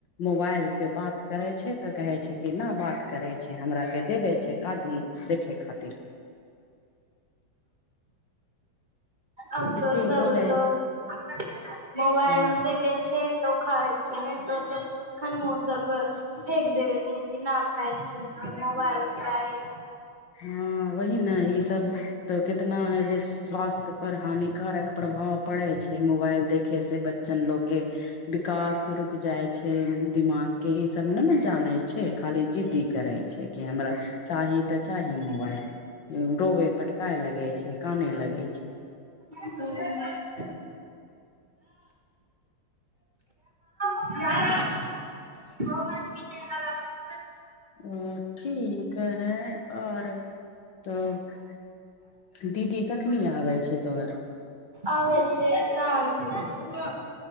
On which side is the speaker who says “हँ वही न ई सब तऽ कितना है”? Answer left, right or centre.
Left